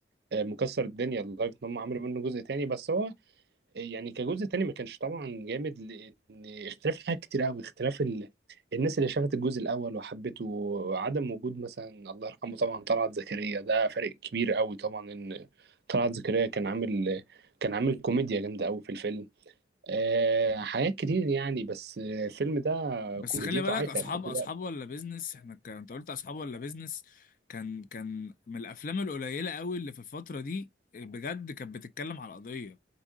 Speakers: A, on the right; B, on the left.
A: آه، مكسر الدنيا لدرجه ان هم عملوا منه جزء تاني بس هو آه، يعني كجزء تاني ما كانش طبعا جامد لان اختلاف حاجات كتير قوي اختلاف ال... الناس اللي شافت الجزء الاول وحبته وعدم وجود مثلا الله يرحمه طبعا طلعت زكريا ده فارق كبير قوي طبعا ان طلعت زكريا كان عامل كان عامل كوميديا جامده قوي في الفيلم آه، حاجات كتير يعني بس آه، الفيلم ده
B: بس
A: كوميديته
B: خلي بالك
A: عايشة
B: أصحاب
A: لحد دلوقتي
B: أصحاب ولا بيزنس إحنا كان أنت قلت أصحاب ولا بيزنس كان كان من الأفلام القليلة قوي اللي في الفترة دي بجد كانت بتتكلم على القضية